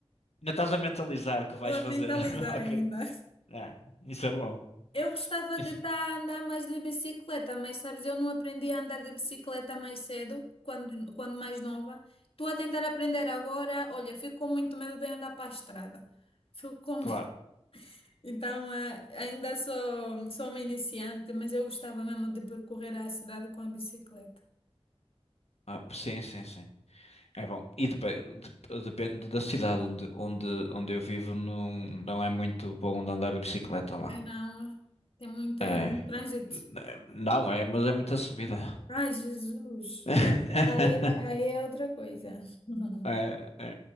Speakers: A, on the left; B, on the left.
A: estás a mentalizar que vais
B: vou a
A: fazer.
B: mentalizar
A: <laughs> Ok.
B: ainda.
A: Ah, isso é bom.
B: Eu gostava
A: Isso-
B: de estar a andar mais de bicicleta, mas sabes, eu não aprendi a andar de bicicleta mais cedo, quando, quando mais nova. Estou a tentar aprender agora, olha, fico com muito medo de andar para a estrada. Fico com...
A: Claro.
B: <laughs> Então, eh, ainda sou, sou uma iniciante, mas eu gostava mesmo de percorrer a cidade com a bicicleta.
A: Ah, sim, sim, sim. É bom. E depe- dep- depende da cidade onde, onde, onde eu vivo, não, não é muito bom de andar de bicicleta lá.
B: Ai não, tem muita,
A: É.
B: muito trânsito.
A: N- Não é, mas é muita subida.
B: Ai, Jesus.
A: <laughs>
B: Aí, aí é outra coisa. <laughs>
A: É, é.